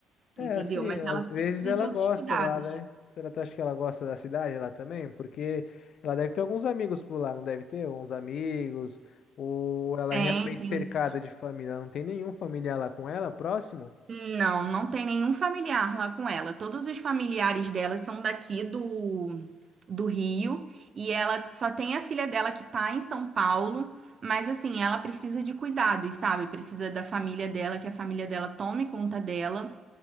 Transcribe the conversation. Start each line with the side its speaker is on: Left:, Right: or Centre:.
Left: É,
Right: entendeu?
Left: assim,
Right: Mas
Left: às
Right: ela precisa
Left: vezes ela
Right: de outros
Left: gosta
Right: cuidados.
Left: lá, né? Será que tu acha que ela gosta da cidade lá também? Porque ela deve ter alguns amigos por lá, não deve ter? Uns amigos, ou ela
Right: Tem,
Left: é realmente
Right: tem
Left: cercada
Right: muito.
Left: de família, ela não tem nenhum familiar lá com ela, próximo?
Right: Não, não tem nenhum familiar lá com ela. Todos os familiares dela são daqui do, do Rio e ela só tem a filha dela que tá em São Paulo, mas assim, ela precisa de cuidados, sabe? Precisa da família dela, que a família dela tome conta dela,